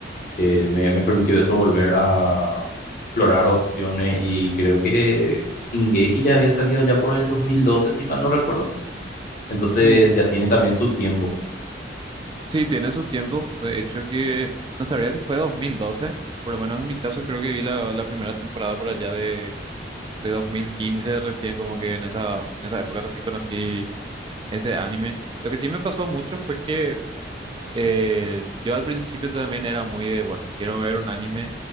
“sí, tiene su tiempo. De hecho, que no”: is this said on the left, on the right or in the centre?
Right